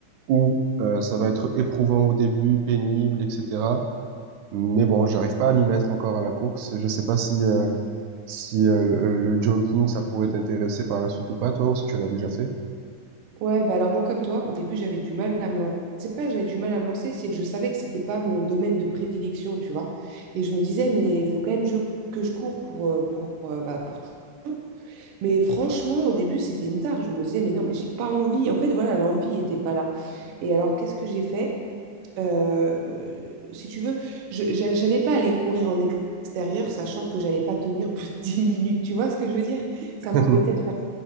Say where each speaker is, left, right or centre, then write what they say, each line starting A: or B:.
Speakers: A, on the right; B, on the right.
A: où euh, ça va être éprouvant au début, pénible, etc. Mais bon, j'arrive pas à m'y mettre encore à la course. Je sais pas si euh, si euh, euh, le jogging ça pourrait t'intéresser par la suite ou pas, toi, ou si tu en as déjà fait.
B: Ouais, bah alors moi, comme toi, au début, j'avais du mal à me lancer. C'est pas que j'avais du mal à me lancer, c'est que je savais que c'était pas mon domaine de prédilection, tu vois. Et je me disais, mais il faut quand même je- que je cours pour, euh, pour, euh, bah, pour... tra- Mais franchement, au début, c'était une tare. Je me disais, mais non, mais j'ai pas envie. En fait, voilà, l'envie n'était pas là. Et alors, qu'est-ce que j'ai fait? Euh, si tu veux, je, j'a- j'allais pas aller courir en extérieur, sachant que j'allais pas tenir plus de 10 minutes. Tu vois ce que je veux dire? Ça
A: <laughs>
B: m'embêtait de faire